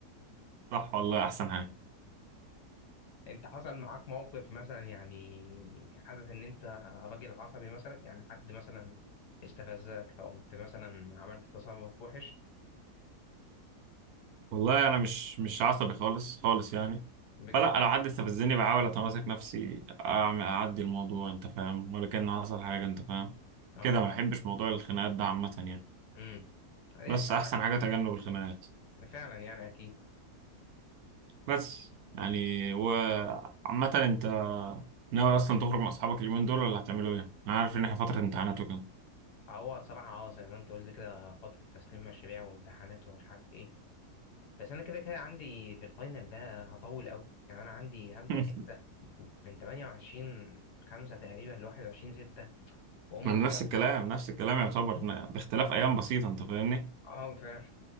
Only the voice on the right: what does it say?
صح والله احسن حاجة.
والله انا مش مش عصبي خالص خالص يعني
فلا لو حد استفزني بحاول اتماسك نفسي أعمل اعدي الموضوع انت فاهم ولا كان حصل حاجه انت فاهم
كده ما بحبش موضوع الخناقات ده عامه يعني
بس احسن
حاجه تجنب الخناقات
بس يعني وعامه انت ناوي اصلا تخرج مع اصحابك اليومين دول ولا هتعملوا ايه انا عارف ان احنا فتره امتحانات وكده
<laughs>
ما أنا
نفس الكلام
نفس الكلام يعتبر إن باختلاف
ايام بسيطه انت فاهمني